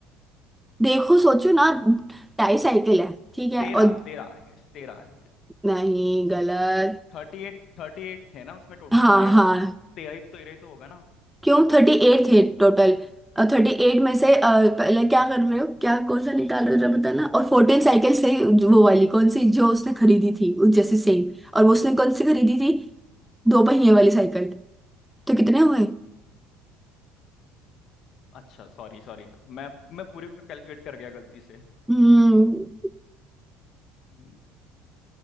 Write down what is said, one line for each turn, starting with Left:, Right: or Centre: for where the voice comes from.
Centre: देखो सोचो
Left: हम्म,
Centre: ना टाई साइकिल है ठीक है
Left: तेरह
Centre: और
Left: तेरह आई गेस तेरह I guess
Centre: नहीं गलत
Left: Thirty eight thirty eight थे ना उसमें टोटल
Centre: हाँ
Left: टायर्स
Centre: हाँ
Left: तो तेरह ही तेरह ही तो होगा ना
Centre: क्यों थर्टी एट थे
Left: हम्म,
Centre: टोटल थर्टी एट में से अ, पहले क्या कर रहे हो क्या कौन सा निकाल रहे हो जरा बताना और फोर्टीन साइकिल से वो वाली कौन सी जो उसने खरीदी थी उस जैसी सेम और वो उसने कौन सी खरीदी थी दो पहिए वाली साइकिल तो कितने हुए
Left: अच्छा सॉरी सॉरी मैं मैं पूरे को कैलकुलेट कर गया गलती से
Centre: हम्म
Left: हम्म,